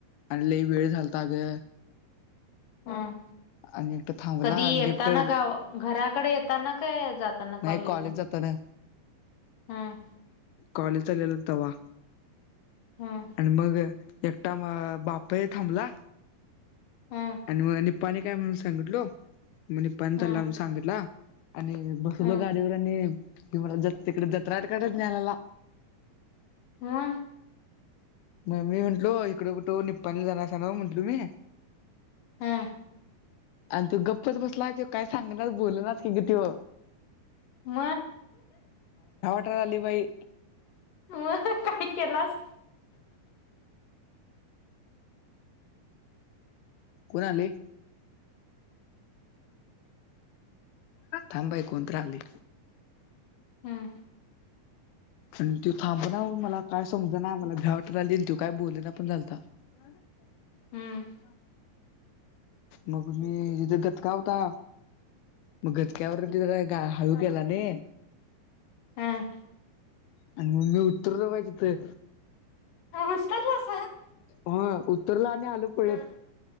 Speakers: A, on the left; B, on the left.
A: आणि लई वेळ घलता ग
B: हम
A: आणि एकटं थांबला
B: कधी
A: आणि
B: येताना
A: लिफ्टवर
B: गाव घराकडे येताना काय जाताना
A: नाही
B: कॉलेजला
A: कॉलेज जाताना.
B: हम्
A: कॉलेज चालेला होता वा
B: हं
A: आणि मग एकटा म बाप थांबला
B: हं
A: आणि म पणी काय म्ह सांगितलंो म्हणे पण
B: हं
A: त्याला सांगितला आणि बसलंो
B: हं
A: गाडीवर आणि क तिकडे दत्राट काडेच ज्ञनाला
B: हा
A: म मी म्हंटलो इकडं कुठं निप्पानी जाणार अस ना म्हंटल मी
B: हा
A: आणि तू गप्पच बसला ते काय सांगणार बोल ना की कितीव
B: म
A: अली वई
B: अ काय केलास
A: कोणा आले थांबाय कोणत राली
B: हं
A: आणि त थांब ना मला काय समज ना मला घ्यावट राहिली आणि त काय बोल ना पण झालता हा
B: हं
A: मग मी जिथे गतका होता मग गचक्यावर ति गा हळू केला न
B: हं
A: आणि मम्ी उतरलं पायच तर
B: अला
A: हा उतरला आणि आल पळत
B: हं